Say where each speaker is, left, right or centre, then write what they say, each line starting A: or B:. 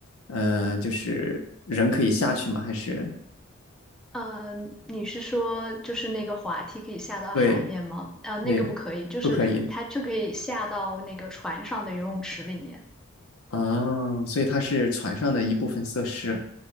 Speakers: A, on the left; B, in the centre.
A: 呃，就是人可以下去吗？还是
B: 嗯，你是说就是那个滑梯可以下到海面吗？
A: 对
B: 啊、那个不可以，
A: 对，
B: 就是它就可以下到那个船上的游泳池里面。
A: 不可以。啊，所以它是船上的一部分设施，